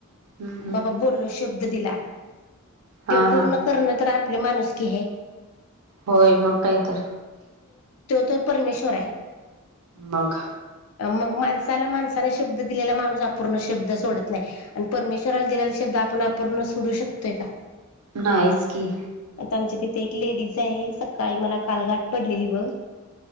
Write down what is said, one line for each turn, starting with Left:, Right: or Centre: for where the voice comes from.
Right: हम्म हम्म
Left: बाबा बोललो शब्द दिला
Right: हा
Left: त्यो पूर्ण
Right: हा
Left: करण तर माणुसकी आहे.
Right: होय मग काय तर.
Left: त तर परमेश्वर आहे.
Right: मग.
Left: मग माणसाला माणसाने शब्द दिलेला माणूस अपूर्ण शब्द सोडत नाही आणि परमेश्वराला दिलेला शब्द. आपण अूर्ण सोडू शकतोय का.
Right: नाइचकी.
Left: आता आमच्या तिथे एक लेडीज आहे सकाळी मला कालगाठ पडलेली ब.